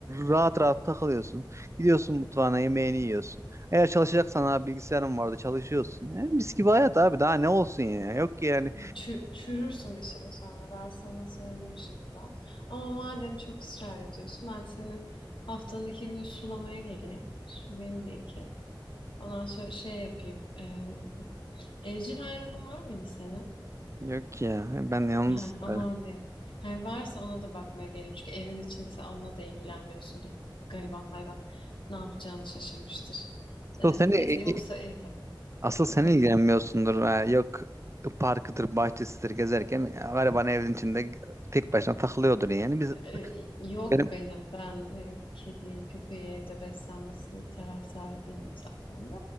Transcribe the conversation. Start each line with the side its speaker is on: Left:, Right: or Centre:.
Right: rahat rahat takılıyorsun. Gidiyorsun mutfağına yemeğini yiyorsun. Eğer çalışacaksan abi bilgisayarın vardı çalışıyorsun. Yani mis gibi hayat abi daha ne olsun ya. Yok ki yani
Left: Hani Çü- Çürürsün bir süre sonra ben sana söyleyeyim şimdiden. Ama madem çok ısrar ediyorsun ben seni haftanın iki günü sulamaya geleyim. Sulayayım bir iki. Ondan sonra şey yapayım. eee, evcil hayvanın var mıydı senin?
Right: Yok ya ben yalnız
Left: <laughs> Ha, aman
Right: böyle.
Left: diyeyim. Hani varsa ona da bakmaya geleyim. Çünkü evin içinde sen onunla da ilgilenmiyorsundur. Gariban hayvan ne yapacağını şaşırmıştır. Eee,
Right: asıl seni
Left: neyse yoksa iyi tabii.
Right: asıl sen
Left: Hı.
Right: ilgilenmiyorsundur ha. Yok parkıdır bahçesidir gezerken ya, gariban evin içinde tek başına takılıyordur yani biz
Left: Ee, Yok
Right: benim
Left: benim. Ben e, kedi, köpeği evde beslenmesi taraftarı değilim zaten de.